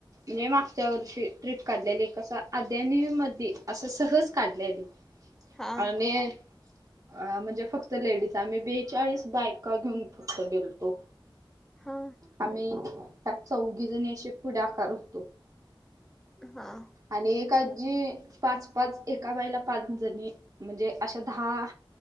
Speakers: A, on the right; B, in the centre.
A: मी मागच्या वर्षी ट्रिप काढलेली कसं अद्यानी, मधी असं सहज काढलेली..
B: हा
A: आणि.. अ, म्हणजे फक्त लेडीज आम्ही बेचाळीस बायका घेऊन फक्त गेलतो..
B: हा..
A: आम्ही, त्यात चौघी जणी असे पुढाकार होतो..
B: हा..
A: अनेक आजी.. पाच, पाच, एका बाईला पाच जणी, म्हणजे अशा दहा.